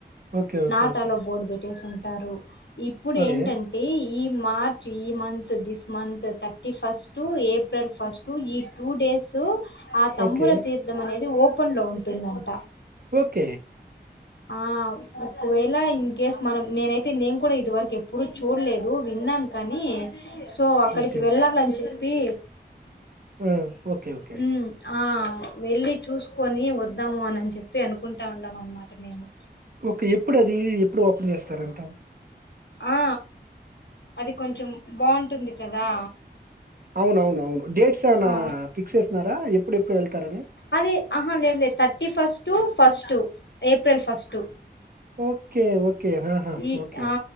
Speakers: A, on the right (about 55°); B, on the left (about 80°).
A: okay. Okay.
B: Not
A: okay.
B: Allow board పెట్ చేస్ ఉంటారు ఇప్పుడు
A: ఓకే.
B: ఏంటంటే ఈ మార్చ్ ఈ month this month thirty first to April first ఈ టూ డేస్ ఆ తంబుర
A: ఓకే.
B: తీర్థం అనేది ఓపె ఓపెన్ లో ఉంటుందంట
A: ఓకే
B: ఆ ఒకవేళ ఇ కేస్ మనం నేనైతే నేను కూడా ఇది వరకు ఎప్పుడుూ చూడలేదు విన్నాను కానీ అని సో అక్కడికి
A: ఓకే.
B: వెళ్ళాలని చెప్పి
A: ఆ ఓకే ఓకే
B: ఉమ్ ఆ వెళ్ళి చూసుకొని వద్దాము అనిని చెప్పి అనుకుంటు అంటా ఉండమ అన్నమాట మేము
A: ఓకే ఎప్పుడు అది ఎప్పుడు ఓపె చేస్తారుంట
B: ఆ అది కొంచెం బాగుంటుంది కదా
A: అవునవును అవును డేట్స్ ఏమనా
B: ఆ
A: ఫిక్స్ చేస్తున్నారా ఎప్పుడు ఎప్పుడు వెళ్తారని
B: అదే ఆహా లేదు లేదు thirty first first April first
A: okay okay ఆహా!
B: ఈ
A: ఓకే.
B: ఆ